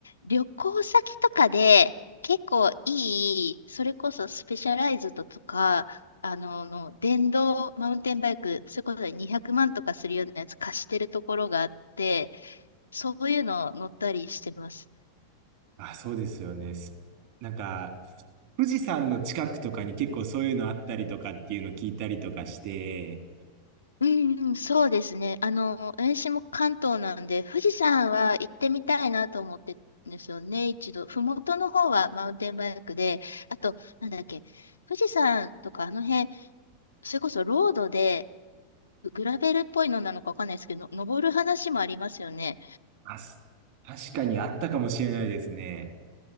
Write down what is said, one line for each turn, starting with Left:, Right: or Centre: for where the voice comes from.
Left: 旅行先とかで結構いい、それこそスペシャライズドとか、あの、の電動マウンテンバイク、それこそ200万とかするようなやつ貸してるところがあって、そういうの乗ったりしてます。
Right: あ、そうですよね。すなんか、富士山の近くとかに結構そういうのあったりとかっていうの聞いたりとかして、
Left: うんうん、そうですね。あの、私も関東なんで、富士山は行ってみたいなと思ってるんですよね、一度。麓の方はマウンテンバイクで、あと、なんだっけ、富士山とかあの辺、それこそロードで、グラベルっぽいのなのかわかんないですけど、登る話もありますよね。
Right: あ、す確かにあったかもしれないですね。